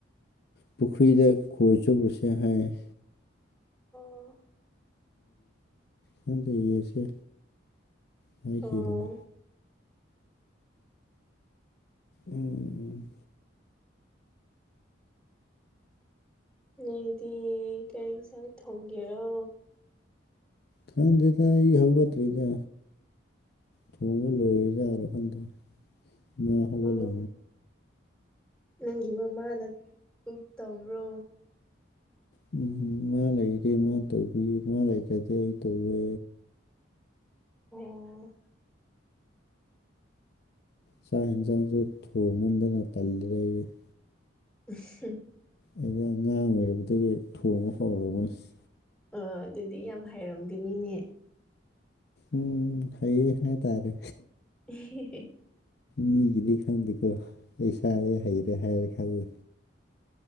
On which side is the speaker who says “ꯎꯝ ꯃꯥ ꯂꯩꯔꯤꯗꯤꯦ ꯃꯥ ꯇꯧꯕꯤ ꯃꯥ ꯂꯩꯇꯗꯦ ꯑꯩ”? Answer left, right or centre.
Left